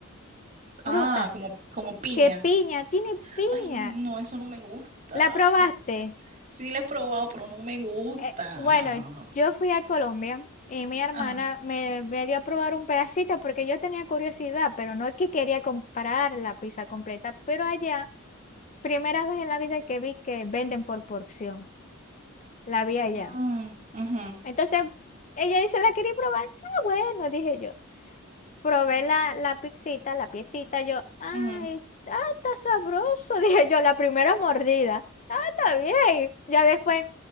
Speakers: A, on the left (about 35°); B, on the right (about 35°).
A: frutas,
B: Ah, como, como piña.
A: que piña, tiene piña.
B: Ay, no, eso no me gusta.
A: ¿La probaste?
B: Sí le he probado, pero no me gusta.
A: Eh, bueno, yo fui a Colombia y mi hermana
B: Ah,
A: me, me dio a probar un pedacito porque yo tenía curiosidad, pero no es que quería comprar la pizza completa, pero allá, primera vez en la vida que vi que venden por porción, la vi allá.
B: mm, ujú,
A: Entonces, ella dice, ¿la quería probar? Sí, Ah, bueno, dije yo. Probé la, la pizzita, la piecita, yo, ay,
B: ujú.
A: ah, está sabroso, <laughs> dije yo, la primera mordida. Ah, está bien. Ya después,